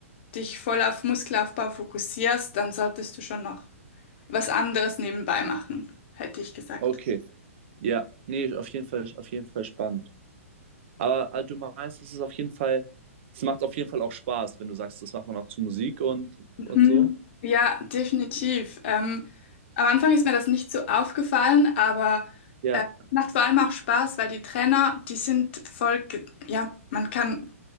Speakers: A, on the left; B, on the right.
A: dich voll auf Muskelaufbau fokussierst, dann solltest du schon noch was anderes nebenbei machen, hätte ich gesagt.
B: okay. Ja, nee, auf jeden Fall, auf jeden Fall spannend. Aber äh, du meinst, es ist auf jeden Fall, es macht auf jeden Fall auch Spaß, wenn du sagst, das macht man auch zu Musik und,
A: Mhm.
B: und so.
A: Ja, definitiv. Ähm, am Anfang ist mir das nicht so aufgefallen, aber
B: Ja,
A: äh, es macht vor allem auch Spaß, weil die Trainer, die sind voll, ge- ja, man kann